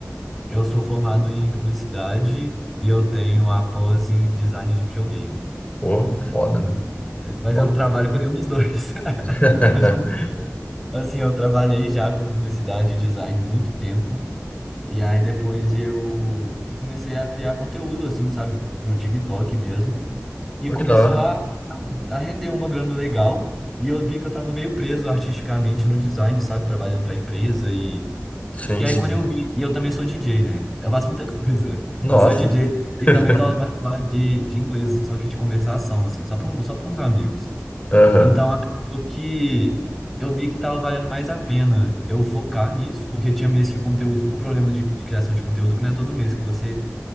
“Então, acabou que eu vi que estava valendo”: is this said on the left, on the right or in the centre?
Centre